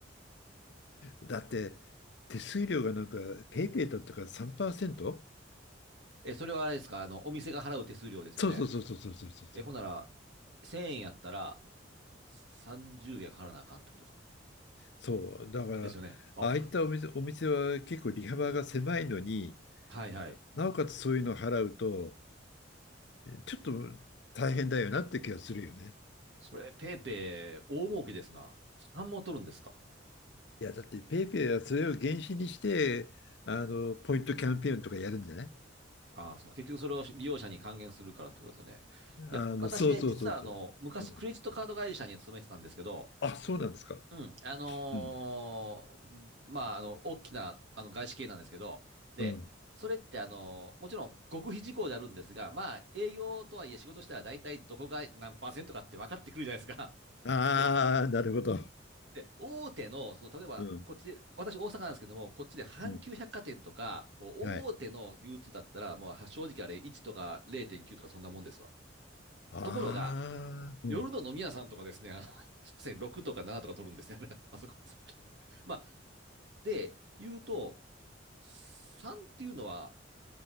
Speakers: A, on the left; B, on the right.
A: だって、手数料がなんか、ペイペイだったから 3%?
B: <laughs> え、それはあれですか、あの、お店が払う手数料ですよね。
A: そうそうそうそうそうそうそう。
B: え、ほんなら、1000円やったら、30円払わなあかんってことか。
A: そう、だから、
B: ですよね。あ、
A: ああいったお店、お店は結構利幅が狭いのに、
B: はいはい。
A: なおかつそういうのを払うと、ちょっと大変だよなって気がするよね。
B: それ、ペイペイ、大儲けですな。3も取るんですか
A: いや、だってペイペイはそれを原資にして、あの、ポイントキャンペーンとかやるんじゃない
B: ああ、そう、結局それを利用者に還元するからってことですよね。いや、
A: あの、
B: 私ね、
A: そうそうそうそう。
B: 実はあの、昔クレジットカード会社に勤めてたんですけど、
A: うん、あ、そうなんですか。
B: うん、あのーまあ、
A: うん。
B: あの、大きな、あの、外資系なんですけど、で、
A: うん。
B: それってあのーもちろん極秘事項であるんですが、まあ、営業とはいえ仕事したら大体どこが何パーセントかって分かってくるじゃないですか。
A: ああ、
B: で、
A: なるほど。
B: で、大手の、その、例えば、
A: うん。
B: こっちで、私、大阪なんですけども、こっちで阪急百貨店とか、
A: うん。
B: もう大手の流通だったら、
A: はい。
B: もう正直あれ、1とか0.9とかそんなもんですわ。
A: ああ、
B: ところが、
A: うん。
B: 夜の飲み屋さんとかですね、あのですい6 <laughs> とか7とか取るんですね、あれ <laughs> あそこですね。<laughs> まあ、で、言うと、3っていうのは